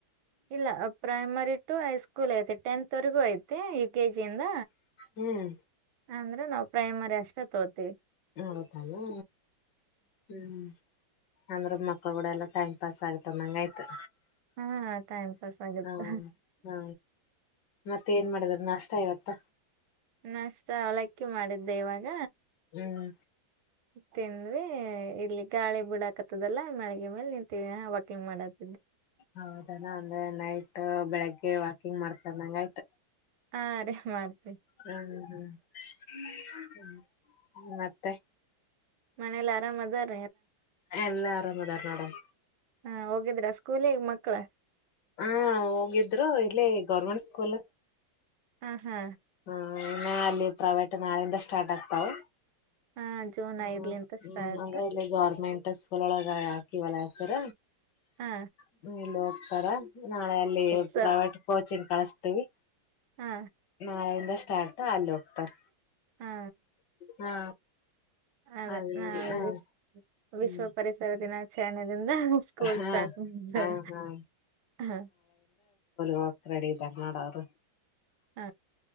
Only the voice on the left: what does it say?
ಹ್ಮ್
ಹೌತನು ಹ್ಮ್. ಅಂದ್ರ ಮಕ್ಳುಕುಡ ಎಲ್ಲ ಟೈಮ್ ಪಾಸ್ ಆಗುತದಂಗ್ ಆಯ್ತು.
ಹಾ ಹಾ ಮತ್ತೆ ಏನ್ ಮಾಡಿದ್ರ ನಾಷ್ಟ ಇವತ್ತ
ಹ್ಮ್
ಹೌದಾ ನಾನ್ ದ ನೈಟ್ ಅ ಬೆಳಿಗ್ಗೆ ವಾಕಿಂಗ್ ಮಾಡ್ತಾರ್ ನಂಗ್ ಆಯ್ತ.
ಹ್ಮ್ ಹ್ಮ್. <unintelligible> ಮತ್ ತ್ತೆ.
ಎಲ್ಲಾ ಆರಾಮ್ದಾರ್ ನೋಡಮ್.
ಹಾ ಹೋಗಿದ್ರು ಇಲ್ಲೆ ಗೌರ್ಮೆಂಟ್ ಕೊಲ.
ಹ ಇನ್ನ ಅಲ್ಲಿ ಪ್ರೈವೇಟ್ ನಾಳಿಂದ ಸ್ಟಾರ್ಟ್ ಆಗ್ತಾವ್.
ಹ್ಮ
ಹ್ಮ್ ಅಂದ್ರೆ ಇಲ್ಲಿ ಗೌರ್ಮೆಂಟ್. ಟಸವ್ಲೊಳಗ ಹಾಕಿವಲ್ಲ ಹೆಸರ.
ಹ್ಮ ನಿಲೋ ತರ. ನಾಳೆ ಅಲ್ಲಿ
ಪ್ರೈವೇಟ್ ಕೋಚಿಂಗ್ ಕಳಸ್ತೀವಿ.
ನಾಳೆಯಿಂದ ಸ್ಟಾರ್ಟ್ ಅಲ್ಲೋಕ್ತರ್.
ಹಾ
ಅಲ್ಲಿ
ಹ
ಹ್ಮ್
ಹಾ
ಹಾ ಹಾ
ವಕ್ ರೆಡಿ ಇದರ್ ನೋಡ್ ಅವ್ರು.